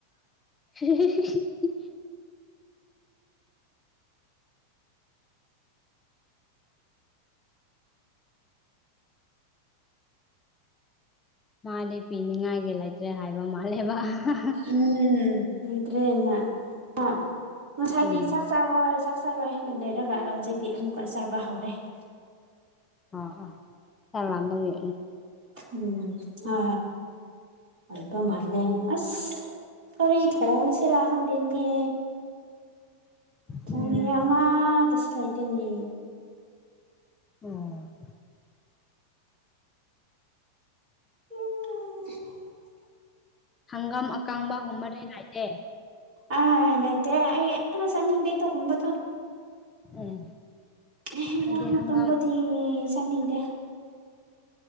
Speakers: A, on the left; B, on the right.
A: <unintelligible> ꯃꯥꯗꯤ ꯄꯤꯅꯤꯡꯉꯥꯏꯒꯤ ꯂꯩꯇ꯭ꯔꯦ ꯍꯥꯏꯕ ꯃꯥꯜꯂꯦꯕ <unintelligible>
B: ꯎꯝ ꯑꯇ꯭ꯔꯦꯅꯁꯥꯏ
A: ꯎꯝ
B: ꯆ ꯆꯋꯥ ꯆ ꯛ ꯆꯥꯔꯣꯏ ꯍꯥꯏꯅ ꯂꯩꯔꯒ ꯍꯧꯖꯤꯛꯇꯤ ꯑꯃꯨꯛꯀ ꯆꯥꯕ ꯍꯧꯔꯦ <unintelligible>
A: ꯑ ꯆ ꯅꯃꯒꯦ
B: ꯎꯝ ꯍꯣꯏ ꯑꯩꯈꯣꯏ ꯃꯥꯁꯤꯅ ꯑꯩꯕꯨ ꯑꯁ ꯔꯤ ꯊꯣꯡ ꯆꯦꯔ ꯈꯥꯟꯗꯅꯦ ꯊꯣꯡꯅꯤꯉꯥꯏ
A: ꯎꯝ
B: ꯑꯃꯥ ꯇꯁꯨ ꯂꯩꯥꯇꯦꯅꯦ
A: ꯑꯣ
B: ꯎ
A: ꯍꯪꯒꯥꯝ ꯑꯀꯥꯡꯕꯒꯨꯝꯕꯗꯤ ꯅꯥꯏꯗꯦ
B: ꯑꯅꯥꯏꯇ ꯁꯅꯒꯗꯦ ꯇꯒꯣꯕꯗꯣ <unintelligible>
A: ꯎꯝ
B: ꯑꯦ
A: ꯑꯩꯗꯤ
B: ꯉꯥ ꯑꯃꯀꯪꯕꯗꯤ
A: ꯍꯒꯥꯥꯡ
B: ꯆꯥꯅꯤꯡꯗꯦ